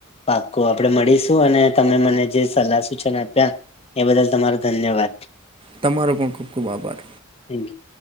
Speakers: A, on the left; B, on the right.
A: પાકું આપડે મળીશું અને તમે મને જે સલાહ સૂચન આપ્યા એ બદલ તમારો ધન્યવાદ.
B: તમારો પણ ખૂબ ખૂબ આભાર.
A: Thank you.